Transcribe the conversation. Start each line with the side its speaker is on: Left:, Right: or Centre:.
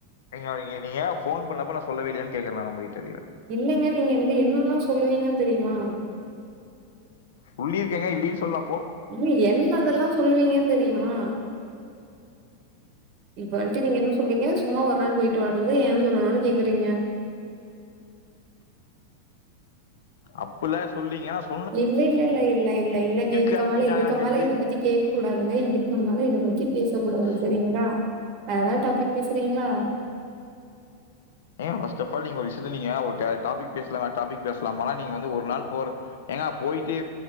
Left: எங்க எதயா ஃபோன் பண்ணப்ப நா சொல்லவே இல்யானுக்கேக்குறே நா உங்க கிட்ட அதீர
Right: இல்லங்க நீங்க என்னது என்னெல்லா சொல்லுவீங்கன் தெரியுமா
Left: சொல்லீருக்கேங்க இல்லின் சொல்லா
Right: இ என்னதெல்லா சொல்லுவீங்கன்னு தெரியுமா இப்ப வன்ட்டு நீ என்ன சொன்னீங்க சும்மா ஒரு நாள் பொயிட்டு வரது ஏ சொல்லணுனு கேக்குறீங்க
Left: அப்பிட்ல்ல சொல்லீங்கா சொ
Right: இல்ல இல்ல இல்ல இல்ல இல்ல இல்லலங்க இதுக்கு
Left: கிளம்பிட்டாங்க
Right: மேல இதுக்கு
Left: அங்கருந்து.
Right: மேல இத பத்தி கே க்க கூடாதுங்க இதுக்குமேல இத பத்தி பேசக்கூடாது சரிங்ளா
Left: ஸோ
Right: ஆ வேற ஏதாது டாபிக் பேசுறீங்ளா
Left: ஏ ஃப்ஸ்ட் ஆஃப் ஆல் நீங்க ஒரு விஷயத்த நீங்க ஒரு டாபிக் பேச்லா டாபிக் பேசலாமானா நீங்க வந்து ஒரு நாள் போற ஏங்க பொய்ட்டு